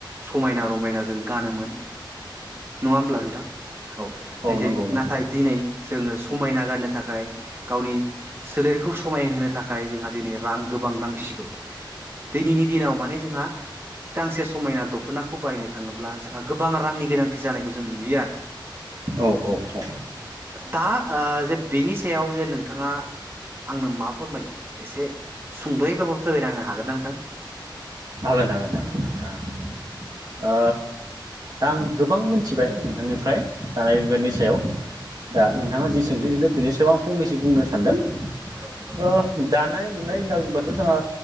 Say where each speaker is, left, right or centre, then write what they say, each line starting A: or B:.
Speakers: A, on the right; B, on the right.
A: समायना रमायना जों गानोमोन । नंङा होमब्ला नोंथां औ नै दि
B: नंगौ नंगौ
A: नाथाय दिनै जोंङो समायना गारनो थाखाय गावनि सोलेरखौ समायहोनो थाखाय जोंहा दिनै रां गोबां नांसिगौ दिनैनि दिनाव माने जोंहा गांसे समायना दख'नाखौ बायनो थांङोब्ला जोंहा गोबां रांनि गोनांथि जानायखौ जों नुयो आरो।
B: औ औ औ
A: दा आ जे बेनि सायाव जे नोंथाङा आंनो मा फोरमायगोन? एसे सुंद'यैब्लाबो फोरमायना होनो हागोन ना नोंथां?
B: हागोन हागोन नोंथां हागोन ओ दा आं गोबां मोन्थिबाय नोंथांनिफ्राय दानाय लुनायनि सायाव दा नोंथांङा जि सोंथि सोंदों बेनि सायाव आं फंनैसो बुंनो सानदों ।
A: नोंथां
B: ओ दानाय लुनाय होनना बुंङोबाथ' जोंहा